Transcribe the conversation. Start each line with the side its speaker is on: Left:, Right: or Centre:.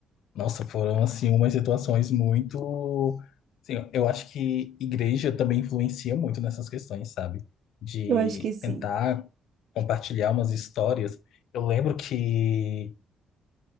Left: Nossa, foram assim umas situações muito, assim, eu acho que igreja também influencia muito nessas questões, sabe? De
Right: Eu acho que sim.
Left: tentar compartilhar umas histórias. Eu lembro que